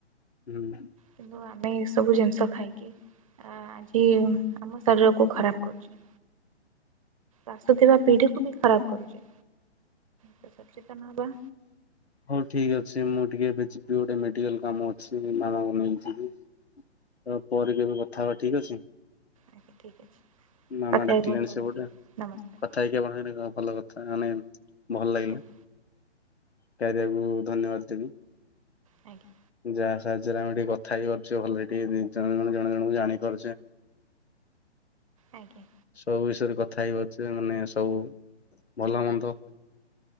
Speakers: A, on the left (about 65°); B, on the right (about 30°).
A: ହୁଁ।
B: କିନ୍ତୁ ଆମେ ଏସବୁ ଜିନିଷ ଖାଇକି, ଆଜି ଆମ ଶରୀରକୁ ଖରାପ କରୁଚେ। ଆସୁଥିବା ପିଢ଼ିକୁ ବି ଖରାପ କରୁଚେ। ସଚେତନ ହେବା
A: ହଉ ଠିକ୍ ଅଛି। ମୁଁ ଟିକେ ଏବେ ଯିବି ଗୋଟେ ମେଡିକାଲ କାମ ଅଛି ମାମାଙ୍କୁ ନେଇଯିବି। ଆଉ ପରେ କେବେ କଥା ହବା। ଠିକ୍ ଅଛି।
B: ଆଜ୍ଞା। ଠିକ୍ ଅଛି।
A: ମାମା
B: କଥା
A: ଡାକିଲେଣି
B: ହେଇ ବହୁତ ଭଲ
A: ସେପଟେ।
B: ଲାଗିଲା। ନମସ୍କାର
A: କଥା ହେଇକି ଆପଣ ସହିତ ବହୁତ ଭଲ କଥା ମାନେ ଭଲ ଲାଗିଲା।
B: ଆଜ୍ଞା
A: <unintelligible> ଧନ୍ୟବାଦ ଦେବି।
B: ଆଜ୍ଞା।
A: ଯାହା ସାହାଯ୍ୟରେ ଆମେ ଟିକେ କଥା ହେଇ ପାରୁଛେ। ଭଲରେ ଟିକେ ଜେ-ଜ-ଜଣେ ଜଣଙ୍କୁୁ ଜାଣିପାରୁଚେ।
B: ଆଜ୍ଞା।
A: ସବୁ ବିଷୟରେ କଥା ହେଇପାରୁଛେ ମାନେ ସବୁ ଭଲ, ମନ୍ଦ।